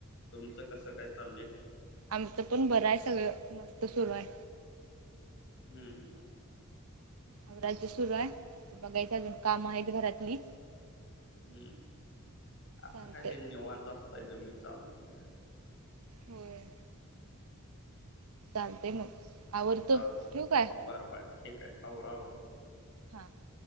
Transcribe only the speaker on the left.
तुमचं कसं काय चालय?
हम्म.
हम आता
काय निवांत असताय तुम्ही चालतय घ्या
चालतय
बर बर ठीक हाय आवरा आवरा